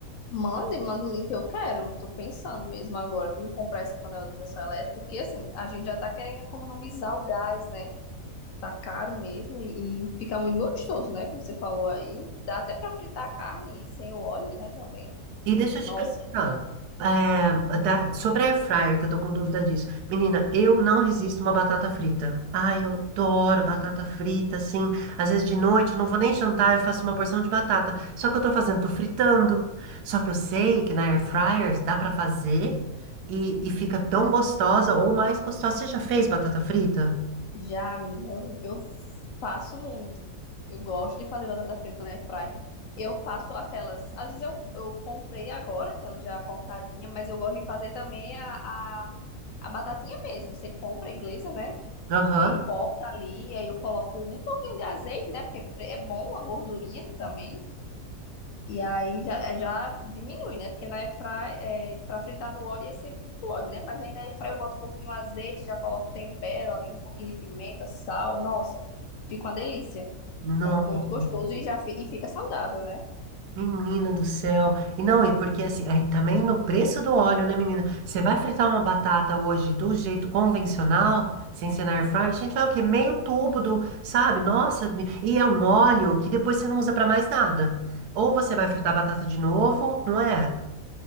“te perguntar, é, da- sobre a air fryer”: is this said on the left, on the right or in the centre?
Right